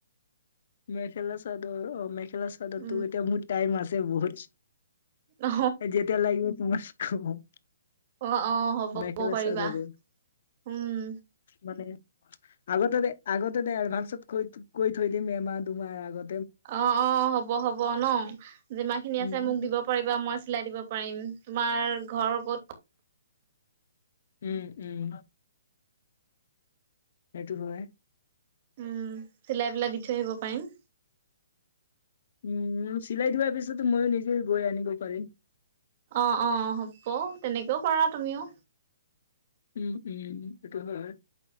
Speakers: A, on the left; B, on the right.
A: মেখেলা চাদৰ অ মেখেলা চাদৰ
B: উম।
A: তোৰ এতিয়া মোৰ টাইম আছে বহুত।
B: অ
A: যেতিয়া লাগিব তোমাক কম।
B: অ অ হ'ব
A: মেখেলা
B: কব পাৰিবা
A: চাদৰ
B: উম।
A: মানে আগতে দে আগতে দে এডভান্সত কৈ কৈ থৈ দিম এমাহ দুমাহ আগত।
B: অঁ অঁ হ'ব হ'ব ন, যিমানখিনি
A: উম
B: আছে মোক দিব পাৰিবা মই চিলাই দিব পাৰিম। তোমাৰ ঘৰ ক'ত?
A: উম উম। সেইটো হয়।
B: উম, চিলাই পিলাই দি থয় আহিব পাৰিম।
A: উম, চিলাই থোৱাৰ পিছতো ময়ো নিজে গৈ আনিব পাৰিম।
B: অঁ অঁ, হ'ব তেনেকেও পাৰা তুমিও।
A: উম উম উম এইটো হয়,